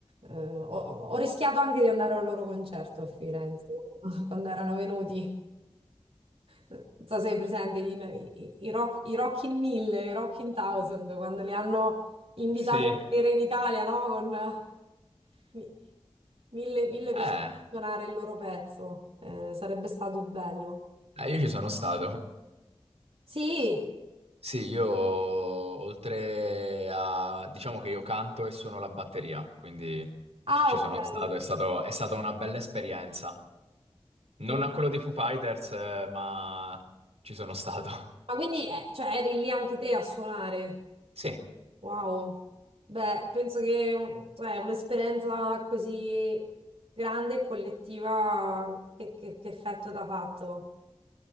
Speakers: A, on the right; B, on the right.
A: Eh, ho, ho rischiato anche di andare al loro concerto a Firenze <laughs> quando erano venuti. Non so se hai presente i, i, i Rock, i Rock in 1000, i Rock in 1000, quando li hanno invitati
B: <laughs>
A: a
B: Sì.
A: venire in Italia, no? Con eh, mi- mille, mille
B: Eh,
A: persone a suonare il loro pezzo. Eh, sarebbe stato bello.
B: eh, io ci sono stato.
A: Sì,
B: Sì, io oltre a... diciamo che io canto e suono la batteria, quindi
A: ah,
B: ci
A: ok.
B: sono stato, è stato- è stata una bella esperienza. Non
A: Immag-
B: a quello dei Foo Fighters, eh, ma ci sono stato.
A: Ma quindi, eh, cioè, eri lì anche te a suonare?
B: Sì.
A: Wow, beh, penso che cioè, un'esperienza così grande e collettiva che, che, che effetto t'ha fatto.